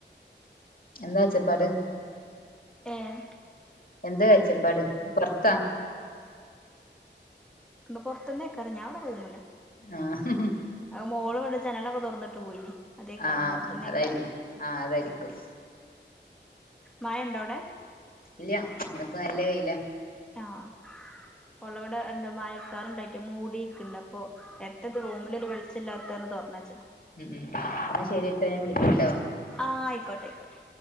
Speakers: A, on the left; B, in the centre.
A: എന്താ ഒച്ചപ്പാട്
B: ഏഹ്
A: എന്താ വെച്ച പാട് പൊറത്താ
B: പുറത്തന്നേ ക്കാരം ഞാൻ ഇവിടെ റൂമിലാ
A: ആഹ്
B: അ മോള് ഇവിടെ ജനലൊക്കെ തുറന്നിട്ട് പോയിന് അതേക്കാരം
A: ആഹ്
B: പൊറത്തേന്നേക്കാരം
A: അതായിരി ആഹ് അതായിരിക്കും
B: മഴയുണ്ടോ അവിടെ
A: ഇല്ല ഇന്നിപ്പോ നല്ല വെയിലാ
B: ആഹ് പള്ളവിടെ എന്താ മഴക്കാറണ്ടായിട്ട് മൂടിക്കണ്ട് എത്ത റൂമിലൊരു വെളിച്ചില്ലാ കാരണം തോറന്ന് വച്ച്
A: ഉം ഉം എന്ന ശരിട്ടോ ഞാൻ വിളിക്ക കേട്ടോ
B: ആ ആയിക്കോട്ടെ ആയിക്കോട്ടെ